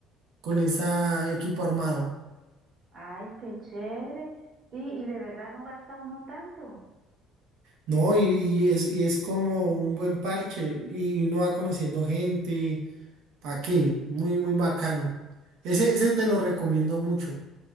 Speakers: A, on the right; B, on the right.
A: con esa equipo armado.
B: Ay, qué chévere. Sí, y de verdad no gasta uno tanto.
A: No, y, y es, y es como un buen parche, y uno va conociendo gente. ¿Para qué? Muy, muy bacano. Ese, ese te lo recomiendo mucho.